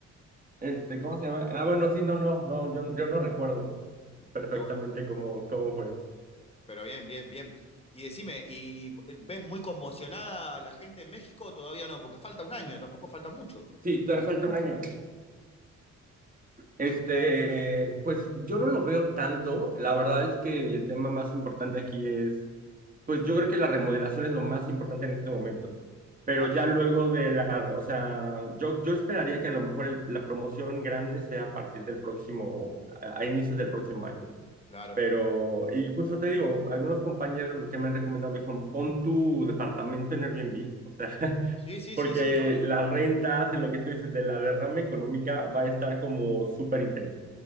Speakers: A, on the right; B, on the left.
A: Este, ¿cómo se llama? Ah, bueno, sí, no, no, no, yo, yo no recuerdo perfectamente
B: qué bueno.
A: cómo, cómo fue.
B: Pero bien, bien, bien. Y decime, ¿y ves muy conmocionada a la gente en México? Todavía no, porque falta un año, tampoco falta mucho.
A: Sí, todavía falta un año. Este, pues yo no lo veo tanto. La verdad es que el tema más importante aquí es, pues yo creo que la remodelación es lo más importante en este momento. Pero
B: Ah,
A: ya
B: claro,
A: luego de la, o sea, yo, yo esperaría que a lo mejor el- la promoción grande sea a partir del próximo, a a inicios del próximo año.
B: claro.
A: Pero, y justo te digo, algunos compañeros que me han recomendado me dijeron, pon tu departamento en Airbnb, o sea, <laughs>
B: Sí, sí,
A: porque
B: sí, sí, obvio.
A: las rentas y lo que tú dices de la derrama económica va a estar como súper intensa.